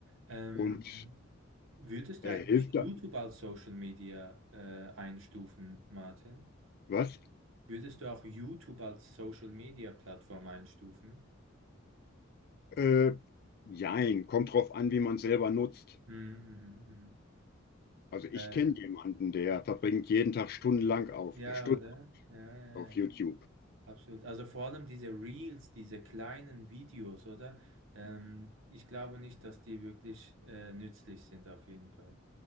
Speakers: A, on the right; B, on the left.
A: Ähm,
B: und
A: Würdest
B: äh,
A: du eigentlich
B: hilft
A: YouTube
B: da,
A: als Social Media äh, einstufen, Martin?
B: was?
A: Würdest du auch YouTube als Social Media Plattform einstufen?
B: Äh, jein, kommt drauf an, wie man es selber nutzt.
A: Mhm, mhm, mhm.
B: Also ich
A: Äh,
B: kenne jemanden, der verbringt jeden Tag stundenlang auf,
A: ja,
B: äh, Stunden
A: oder? Ja, ja,
B: auf
A: ja.
B: YouTube.
A: Absolut. Also vor allem diese Reels, diese kleinen Videos, oder? Ähm, ich glaube nicht, dass die wirklich äh, nützlich sind, auf jeden Fall.